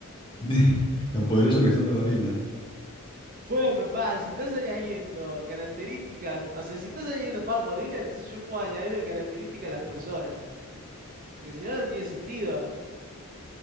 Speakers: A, on the left; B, on the right.
A: de lo poderosos que son los gorilas.
B: Bueno, pero pa, si estás añadiendo características, o sea, si estás añadiendo más gorila, entonces yo puedo añadirle características a las personas, porque si no, no tiene sentido.